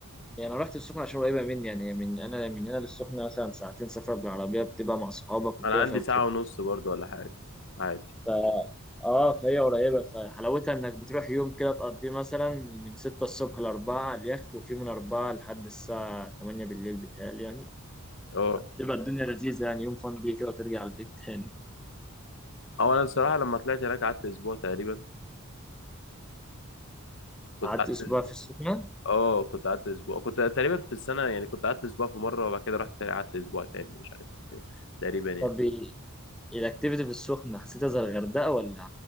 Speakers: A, in the centre; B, on the left.
A: يعني أنا رحت السخنة عشان قريبة مني يعني هي من أنا من هنا للسخنة مثلا ساعتين سفر بالعربية بتبقى مع صحابك وكده
B: انا عندي
A: فبتحس
B: ساعه ونص برضه ولا حاجه عادي
A: ف... اه فهي قريبة فحلاوتها انك بتروح يوم كده تقضيه مثلا من ستة الصبح لأربعة على اليخت وفي من أربعة لحد الساعة تمانية بالليل بتهيألي يعني
B: اه
A: تبقى الدنيا لذيذة يعني يوم فان دي كده وترجع البيت تاني
B: او انا الصراحه لما طلعت هناك قعدت اسبوع تقريبا كنت
A: قعدت
B: قعدت
A: اسبوع
B: اسبوع
A: في السخنه
B: اه كنت قعدت اسبوع كنت تقريبا في السنه يعني كنت قعدت اسبوع في مره وبعد كده رحت تاني قعدت اسبوع تاني مش عارف ايه كده تقريبا يعني
A: طب إيه- الاكتيفيتي في السخنه حسيتها زي الغردقه ولا